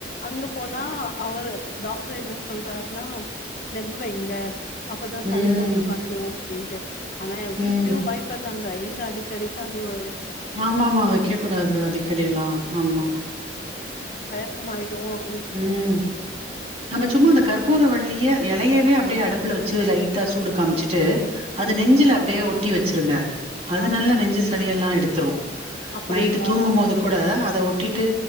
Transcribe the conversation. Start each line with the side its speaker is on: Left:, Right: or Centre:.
Left: அங்க போனா அவரு டாக்டர் என்ன சொல்றாருன்னா நம்புவங்க அப்பதான் சளி
Right: ம்
Left: கொஞ்சம் கலையும் அப்டின்ட்டு ஆனா வீட்லையும்
Right: ம்
Left: பய்ப்பறாங்க ரங்காடி கடைக்க அது ஒரே
Right: ஆமா ஆமா அவக கூடாது அது அடிக்கடிலாம் ஆமா
Left: பக்ம் ஆயிடும்
Right: உம் நம்ம சும்மா அந்த கற்பூரவள்ளிய எலையவே அப்டியே அடுப்புல வச்சு லைட்டா சூடு காமிச்சிட்டு அது
Left: ம்
Right: நெஞ்சுல அப்டியே ஒட் ட்டி வச்சுருங்க அது
Left: ஆ
Right: நல்லா நெஞ்சு ச அதயல்லா எடுத்துரு
Left: அப்டிங்களா
Right: நைட்டு தூங்கும் போது கூட அத ஒட் ட்டு